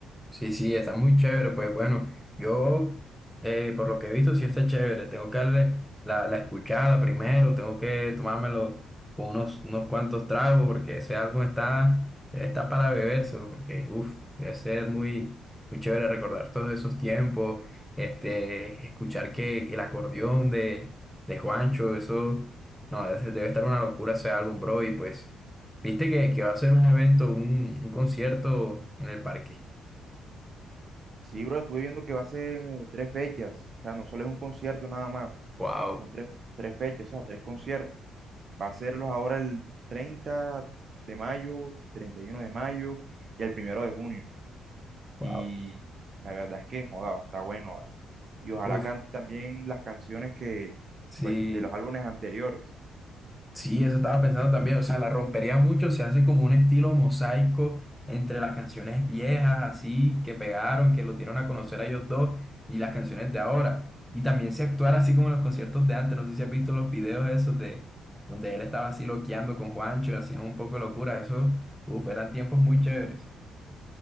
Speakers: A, in the centre; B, on the right (about 45°).
A: Sí, sí, está muy chévere. Pues bueno, yo eh, por lo que he visto sí está chévere. Tengo que darle la, la escuchada primero, tengo que tomármelo con unos, unos cuantos tragos porque ese álbum está, está para bebérselo porque uff, debe ser muy, muy chévere recordar todos esos tiempos, este, escuchar que, que el acordeón de, de Juancho, eso, no, debe debe estar una locura ese álbum, bro. Y pues, viste que, que va a ser un evento, un un concierto en el parque.
B: Sí, bro, estuve viendo que va a ser tres fechas, o sea, no solo es un concierto nada más,
A: Wow,
B: son tres, tres fechas, o sea, tres conciertos. Va a serlos ahora el 30 de mayo, 31 de mayo y el primero de junio.
A: wow.
B: Y la verdad es que, joda, está bueno, ¿vale? Y ojalá
A: Uf,
B: cante también las canciones que,
A: sí,
B: pues, de los álbumes anteriores.
A: sí, eso estaba pensando también. O sea, la rompería mucho, se hace como un estilo mosaico entre las canciones viejas, así, que pegaron, que los dieron a conocer a ellos dos, y las canciones de ahora. Y también se actuara así como en los conciertos de antes. No sé si has visto los videos esos de donde él estaba así loqueando con Juancho, hacían un poco de locura. Eso, uf, eran tiempos muy chéveres.